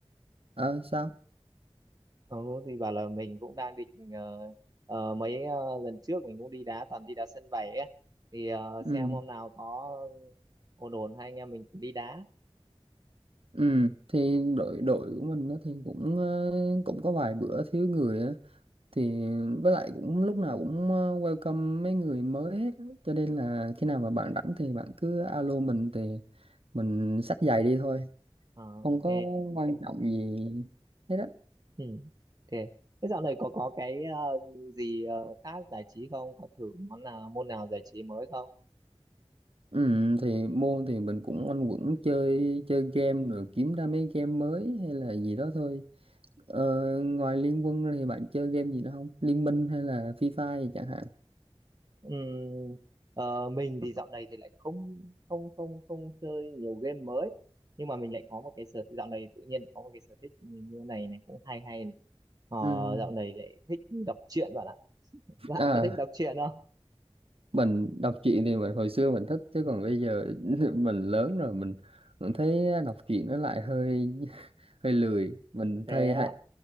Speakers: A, on the right; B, on the right.
A: À, sao?
B: ờ, thì bảo là mình cũng đang định ờ, ờ, mấy ờ, lần trước mình cũng đi đá toàn đi đá sân bảy ấy thì ờ,
A: Ừ.
B: xem hôm nào có ổn ổn hai anh em mình cũng đi đá
A: Ừ, thì đội đội của mình á thì cũng ờ, cũng có vài bữa thiếu người á thì với lại cũng lúc nào cũng ờ, welcome mấy người mới hết á. cho nên là khi nào mà bạn rảnh thì bạn cứ alo mình thì mình xách giày đi thôi
B: Ờ,
A: không
B: ok
A: có quan trọng gì hết á
B: Ừ, ok. Thế dạo này có có cái ờ, gì ờ, khác giải trí không? Có thử món nào môn nào giải trí mới không?
A: ừ, thì môn thì mình cũng quanh quẩn chơi chơi game rồi kiếm ra mấy game mới hay là gì đó thôi ờ, ngoài Liên Quân ra thì bạn chơi game gì nữa không Liên Minh hay là Free Fire chẳng hạn
B: Ừm, ờ, mình thì dạo này thì lại không không không không chơi nhiều game mới nhưng mà mình lại có một cái sở dạo này tự nhiên có một cái sở thích như như này này cũng hay hay này. Ờ,
A: Ừ.
B: dạo này lại thích đọc truyện bạn ạ. Bạn
A: À,
B: có thích đọc truyện không?
A: mình đọc truyện thì mình hồi xưa mình thích chứ còn bây giờ <laughs> mình lớn rồi mình cũng thấy đọc truyện nó lại hơi <laughs> hơi lười mình
B: Thế
A: thay hay-